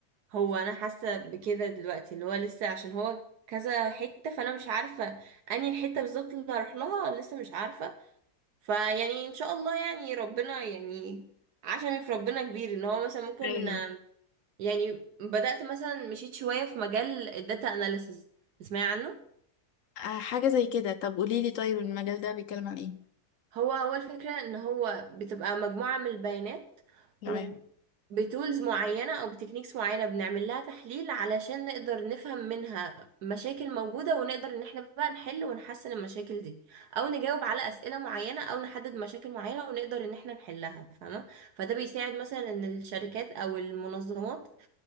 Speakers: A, on the right; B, on the left.
A: هو انا حاسه بكده دلوقتي اللي هو لسه عشان هو كذا حته فانا مش عارفه انهي الحته بالظبط اللي هروح لها لسه مش عارفه فيعني ان شاء الله يعني ربنا يعني عشمي في ربنا كبير ان هو مثلا ممكن
B: ايوه
A: آم، يعني بدأت مثلا مشيت شويه في مجال الداتا اناليسز تسمعي عنه
B: آه، حاجة زي كده طب قوليلي طيب المجال ده بيتكلم عن ايه
A: هو هو الفكرة ان هو بتبقى مجموعة من البيانات
B: تمام
A: وبتولز معينة او بتكنيكس معينة بنعمل لها تحليل علشان نقدر نفهم منها مشاكل موجودة ونقدر ان احنا بقى نحل ونحسن المشاكل دي او نجاوب على اسئلة معينة او نحدد مشاكل معينة ونقدر ان احنا نحلها فاهمة فده بيساعد مثلا ان الشركات او المنظمات